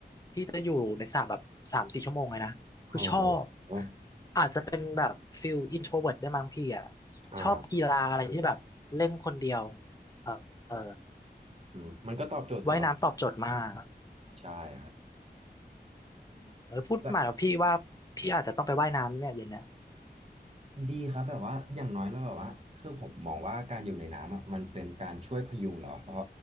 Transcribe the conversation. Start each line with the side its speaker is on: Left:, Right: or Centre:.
Left: พี่จะอยู่ในสระแบบสามสี่ชั่วโมงเลยนะคือชอบ
Right: โอ้
Left: อาจจะเป็นแบบฟิลอินโทรเวิร์ตได้มั้งพี่อ่ะ
Right: อ่า
Left: ชอบกีฬาอะไรที่แบบเล่นคนเดียวเออเออ
Right: อืมมันก็ตอบโจทย์สำหรับ
Left: ว่ายน้ำตอบโจทย์มาก
Right: ใช่ครับ
Left: เออพูดมาแล้วพี่ว่าพี่อาจจะต้องไปว่ายน้ำเนี่ยเย็นเนะ
Right: แบ ดีครับแบบว่าอย่างน้อยแล้วแบบว่าคือผมมองว่าการอยู่ในน้ำอ่ะมันเป็นการช่วยพยุงเราเพราะ